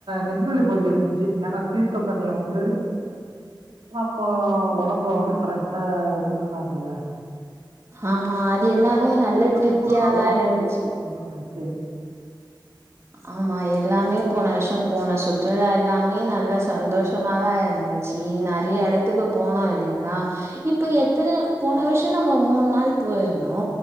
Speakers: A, on the right; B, on the right.
A: நிம்மதி கொஞ்சம் இருந்துச்சு ஏன்னா தீர்த்த தண்ணிய வந்து நம்ம ஒடம் அவளோ வந்து கரெக்டா ஊத்துனாங்கல்ல
B: ஆமா அது எல்லாமே
A: நம்ம
B: நல்ல
A: முடிஞ்சா
B: திருப்தியாதா
A: போனனால தான் அது
B: இருந்துச்சுங்
A: இருந்துச்சு.
B: ஆமா எல்லாமே போன வருஷம் போன சுற்றுலா எல்லாமே நல்ல சந்தோஷமா தா இருந்துச்சு நெறைய எடத்துக்கு போனோம் ஏன்னா இப்ப எத்தன போன வர்ஷ்ச நம்ம மூணு நாள் போயிருந்தோ